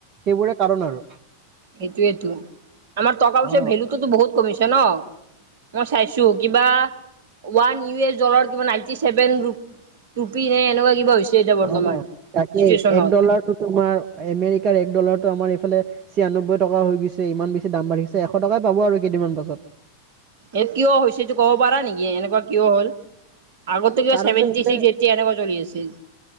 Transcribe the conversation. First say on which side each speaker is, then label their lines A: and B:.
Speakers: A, on the right; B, on the right.
A: সেইবোৰে কাৰণ আৰু
B: সেইটোৱেটো আমাৰ টকা পইচাৰ
A: অ'।
B: ভেলুটোতো বহুত কমিছে ন? মই চাইছো কিবা ওৱান ইউ এছ ডলাৰ কিবা নাইনটি ছেভেন ৰু পি নে এনেকোৱা কিবা হৈছে এতিয়া বৰ্তমান
A: অ তাকেই
B: চিটুৱেশ্যনত
A: এক ডলাৰটো তোমাৰ আমেৰিকাৰ এক ডলাৰটো আমাৰ এইফালে ছিয়াননব্বৈ টকা হৈ গৈছে ইমান বেছি দাম বাঢ়িছে এশ টকাই পাব আৰু কেইদিনমান পাছত
B: এ কিয় হৈছেটো কব পাৰা নেকি এনেকোৱা কিয় হ'ল আগতে কিবা
A: কাৰণটো
B: ছেভেনটি
A: এইফালে
B: চিক্স এইটটি এনেকোৱা চলি আছিল